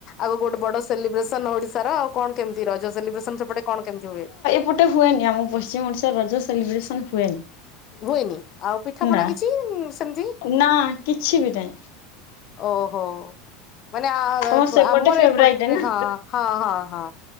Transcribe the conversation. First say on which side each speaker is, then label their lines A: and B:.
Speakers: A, on the left; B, on the left.
A: ଆଉ ଗୋଟେ ବଡ ସେଲିବ୍ରେସନ ଓଡିଶାର ଆଉ କଣ କେମିତି ରଜ ସେଲିବ୍ରେସନ ସେପଟେ କଣ କେମିତି ହୁଏ?
B: ମୋଟେ ହୁଏନି ଆମ ପଶ୍ଚିମ ଓଡିଶାରେ ରଜ ସେଲିବ୍ରେସନ ହୁଏନି।
A: ହୁଏନି ଆଉ ପିଠାପଣା
B: ନା
A: କିଛି ସେମିତି
B: ନା କିଛି ବି ନାହିଁ
A: ଓହୋ ମାନେ
B: ତମ ସେପଟେ
A: ଆମର
B: ଫେବରାଇଟ
A: ଏପଟେ
B: ନା।
A: ହଁ ହଁ ହଁ ହଁ।